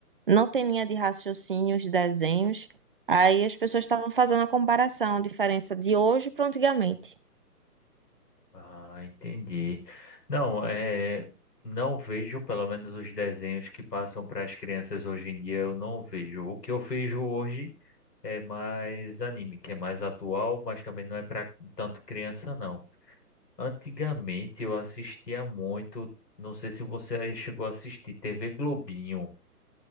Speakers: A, on the right (about 35°); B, on the left (about 80°).
A: Não tem linha de raciocínio os desenhos. Aí as pessoas estavam fazendo a comparação, a diferença de hoje para antigamente.
B: Ah, entendi. Não, é, não vejo, pelo menos os desenhos que passam para as crianças hoje em dia, eu não vejo. O que eu vejo hoje é mais anime, que é mais atual, mas também não é para tanto criança, não. Antigamente eu assistia muito, não sei se você chegou a assistir, TV Globinho.